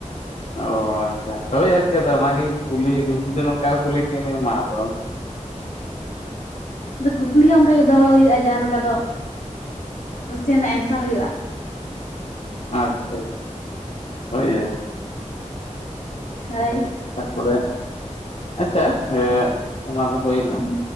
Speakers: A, on the left; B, on the left.
A: ᱚ ᱟᱪᱪᱷᱟ ᱦᱳᱭ ᱟᱨᱠᱤ ᱟᱫᱚ ᱚᱱᱟᱜᱮᱧ ᱠᱩᱞᱤᱭᱮᱜ ᱢᱤᱧ ᱠᱤᱱᱛᱩ ᱱᱚᱝᱠᱟ ᱠᱩᱞᱤ ᱠᱮ ᱢᱮᱭᱟ ᱢᱟ ᱟᱫᱚ
B: ᱟᱫᱚ ᱠᱩᱠᱞᱤ ᱦᱚᱸ ᱚᱝᱠᱟᱜᱮ ᱫᱚᱦᱚ ᱦᱩᱭᱩᱜᱼᱟ ᱡᱟᱦᱟᱸ ᱞᱮᱠᱟ ᱫᱚ ᱠᱚᱳᱥᱪᱮᱱ ᱨᱮᱱᱟᱜ ᱮᱱᱥᱟᱨ ᱦᱩᱭᱩᱜᱼᱟ
A: ᱟᱪᱪᱷᱟ ᱦᱳᱭ
B: ᱦᱳᱭ ᱾
A: ᱛᱟᱨᱯᱚᱨᱮ ᱟᱪᱪᱷᱟ ᱚᱱᱟ ᱫᱚ ᱦᱩᱭᱱᱟ
B: ᱦᱩᱸ